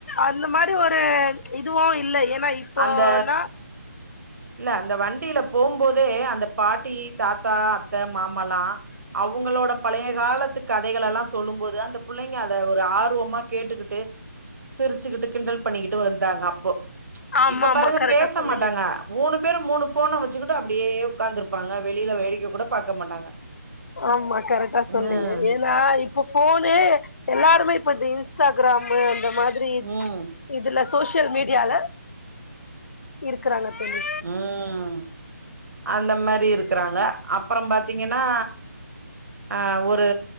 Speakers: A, on the left; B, on the right.
A: அந்த மாரி ஒரு இதுவும் இல்ல ஏன்னா இப்போனா
B: அந்த இல்ல அந்த வண்டியில போம் மோதே அந்த பாட்டி தாத்தா அத்த மாமால்லாம் அவுங்களோட பழய காலத்து கதைகள் எல்லாம் சொல்லும் மோது அந்த பிள்ளைங்க அத ஒரு ஆர்வமா கேட்டுக்கிட்டு சிரிச்சுக்கிட்டு கிண்டல் பண்ணிக்கிட்டு வந்தாங்க அப்போ
A: ஆமா
B: இப்ப பாருங்க
A: ஆமா கரெக்டா
B: பேச
A: சொன்னீங்க
B: மாட்டாங்க மூணு பேரும் மூணு ஃபோனை வச்சுக்கிட்டு அப்டியே உட்காந்துருப்பாங்க வெளியில வேடிக்கை கூட பாக்க மாட்டாங்க
A: ஆமா கரெக்டா சொன்னீங்க
B: ம்
A: ஏனா இப் ப ஃபோனுே எல்லாருமே இப்ப இந்த இன்ஸ்டாகிராமு அந்த மாதிரி
B: ம்
A: இதுல சோசியல் மீடியால இருக்கறாங்க தோழி
B: ம் அந்த மாதிரி இருக்கறாங்க அப்றோ பாத்தீங்கன்னா ஆ ஒரு